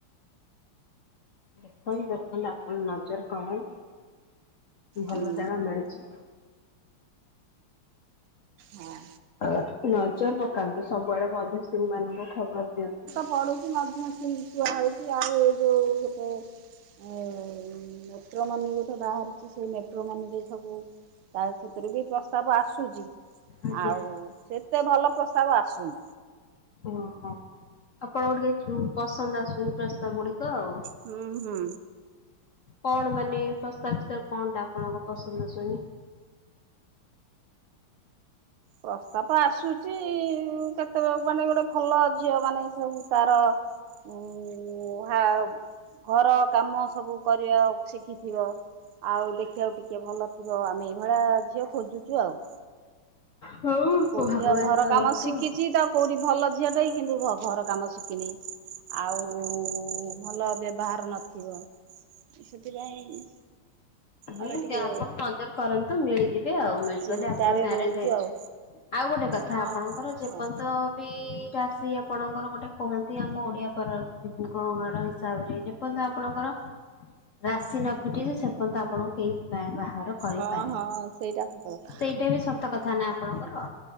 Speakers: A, on the left; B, on the right.
A: ଦେଖନ୍ତୁ ଦେଖନ୍ତୁ ଆପଣ ନଜର କରନ୍ତୁ ଭଲ
B: ହୁଁ
A: ଜାଗା ମିଳୁଚି।
B: ହଁ।
A: ଆ ନଜର ପକାନ୍ତୁ ସବୁଆଡେ ମଧ୍ୟସ୍ଥି ମାନଙ୍କୁ ଖବର ଦିଅନ୍ତୁ।
B: ପଡୁଚି ମଧ୍ୟସ୍ଥିଙ୍କି କୁହା ହଉଚି ଆଉ ଏ ଯୋଉ ଗୋଟେ ଆଉ ମେଟ୍ରୋମନି ଯୋଉଠେ ବାହାରୁଚି ସେ ମେଟ୍ରୋମନିରେ ସବୁ ତା ସେଥିରୁ ବି ପ୍ରସ୍ତାବ ଆସୁଚି
A: ଆଜ୍ଞା।
B: ଆଉ ସେତେ ଭଲ ପ୍ରସ୍ତାବ ଆସୁନି।
A: ଓ ହ। ଆପଣଙ୍କୁ ଟିକେ ଉଁ ପସନ୍ଦ ଆସୁନି ପ୍ରସ୍ତାବ ଗୁଡିକ ଆଉ।
B: ହୁଁ ହୁଁ।
A: କଣ ମାନେ ପ୍ରସ୍ତାବ ଫ୍ରସ୍ତାପ କଣ ଟା ଆପଣଙ୍କ ପସନ୍ଦ ଆସୁନି?
B: ପ୍ରସ୍ତାବ ଆସୁଛି, କେତେ ମାନେ ଗୋଟେ ଭଲ ଝିଅ ମାନେ ସବୁ ତାର ଉଁ - ହୁଁ-ହା-ଘର କାମ ସବୁ କରିବା ଶିଖିଥିବ। ଆଉ ଦେଖିବାକୁ ଟିକିଏ ଭଲ ଥିବ, ଆମେ ଏଇ ଭଳିଆ ଝିଅ ଖୋଜୁଛୁ ଆଉ।
A: ହଉ
B: କୋଉଠିକା
A: ଭଗବାନ
B: ଘର
A: କରନ୍ତୁ
B: କାମ ଶିଖିଛି ତ କୋଉଠି ଭଲ ଝିଅ ଟେ କିନ୍ତୁ ଭଲ୍। ଘର କାମ ଶିଖିନି, ଆଉ ଭଲ ବ୍ୟବହାର ନ- ରଖିବ, ସେଥିପାଇଁ
A: ହୁଁ
B: ଆମେ ଟିକେ
A: ଯାହା ପର ନଜର କରନ୍ତୁ ମିଳିଯିବେ ଆଉ ମିଳିଗଲେ
B: ଚିନ୍ତାରେ
A: ଆପଣ ମ୍ୟାରେଜ
B: ରହୁଛୁ
A: ହେଇଯିବ।
B: ଆଉ।
A: ଆଉ ଗୋଟେ କଥା
B: ହଁ।
A: ଆପଣଙ୍କର ଯେ
B: ହଁ
A: ପର୍ଯ୍ୟନ୍ତ- ବି ରାଶି ଆପଣଙ୍କର ଗୋଟେ କୁହନ୍ତି ଆମ ଓଡିଆ ପର-ବ-ଘର ହିସାବରେ ଯେ ସେପର୍ଯ୍ୟନ୍ତ ଆପଣଙ୍କର ରାଶି ନ ଫିଟିଛି ସେପର୍ଯ୍ୟନ୍ତ ଆପଣଙ୍କୁ କେହି ବା-ବାହାର କରିପାରିବେନି
B: ହଁ ହଁ ସେଇଟା ସତ କଥା
A: ସେଇଟା ବି ସ- ସତ କଥା ନା ଆପଣଙ୍କର